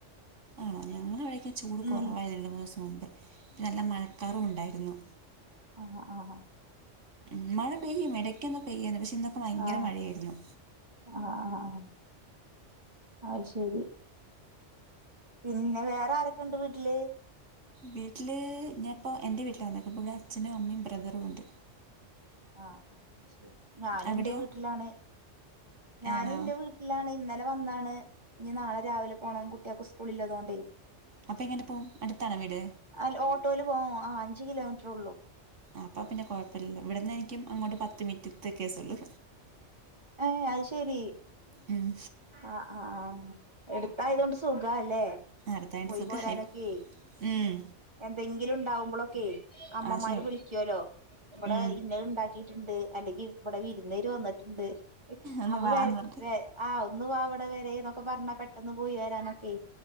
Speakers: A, on the right; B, on the right.
A: ആണോ ഞങ്ങള എവിടെേക്കും ചൂട് കുറവായിരുന്നു
B: ഉം
A: രണ്ട് മൂന്ന് ദിവസം മുമ്പ് നല്ല മഴക്കാറും ഉണ്ടായിരുന്നു
B: ആഹ് ആഹ്
A: മ മഴ പെയ്യും ഇടയ്ക്കൊന്നും പെയ്യായിരുന്നു പക്ഷെ ഇന്നൊക്കെ ഭയങ്കര
B: ആഹ്
A: മഴയായിരുന്നു
B: ആഹ് ആഹ് ആ ശരി പിന്നെ വേറെ ആരൊക്കെ ഉണ്ട് വീട്ടില്
A: വീട്ടില് ഞാന് ഇപ്പോൾ എൻ്റെ വീട്ടില വന്നക്കപ്പപ്പോ ഇവിടെ അച്ഛനും അമ്മയും ബ്രദറും ഉണ്ട്
B: ആഹ് ആ ശരി ഞാനും
A: അവിടെയോ
B: എന്റെ വീട്ടിലാണ് ഞാനും
A: ആണോ
B: എറെ വീട്ട ഇല്ലാണ് ഇന്നലെ വന്നതാണ് ഇനി നാളെ രാവിലെ പോകണം കുട്ടികൾക്ക് സ്കൂളല്ലതുകൊണ്ടേ
A: അപ്പൊ എങ്ങനെ പോവും അടുത്താണോ വീട്
B: അ ഓട്ടോൽ പോകും ആ അഞ്ച് കിലോമീറ്റർ ഉള്ളു
A: അപ്പൊ പിന്നെ കൊഴപ്പമല്ലോ ഇവിടന്ന് എനിക്കും അങ്ങോട്ട് പത്ത് മിനിറ്റത്തെ കേസള്ളു
B: ഏ അത് ശരി
A: ഉം
B: ആ ആഹ് എടുത്തായത കൊണ്ട് സുഖല്ലേ
A: അടുത്തായിട്ട്
B: പോയി
A: സുഖമായി
B: പോരാനൊക്കെ
A: ഉം
B: എന്തെങ്കിലും ഉണ്ടാവുമ്പോളൊക്കെ അമ്മമാര്
A: ആ ശരി
B: വിളിക്കുവല്ലോ ഇവിടെ
A: ഉം
B: ഉണ്ടാക്കിയിട്ടുണ്ട് അല്ലെങ്കിൽ ഇവിടെ വിരുന്നേര് വന്നിട്ടുണ്ട്
A: ഒന്ന്
B: അപ്പൊ
A: വാന്ന് പറഞ്ഞിട്ട്
B: വേ ആഹ് ഒന്ന് പോ അവിടെ വരെ എന്നൊക്കെ പറഞ്ഞാ പെട്ടന്ന് പോയി വരാനൊക്കെ